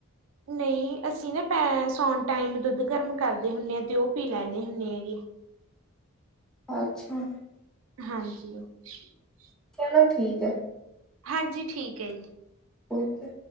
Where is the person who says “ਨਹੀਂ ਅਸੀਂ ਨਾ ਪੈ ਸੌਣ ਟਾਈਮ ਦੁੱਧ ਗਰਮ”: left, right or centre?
Right